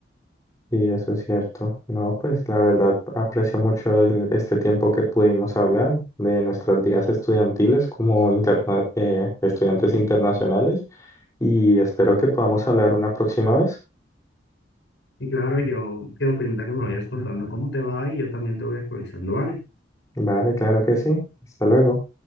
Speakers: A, on the left (about 15°); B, on the left (about 80°).
A: Y eso es cierto. No, pues la verdad aprecio mucho el- este tiempo que pudimos hablar de nuestras vidas estudiantiles como interna- eh, estudiantes internacionales y espero que podamos hablar una próxima vez.
B: Y claro, yo quedo pendiente a que me vayas contando cómo te va y yo también te voy actualizando, ¿vale?
A: Vale, claro que sí. Hasta luego.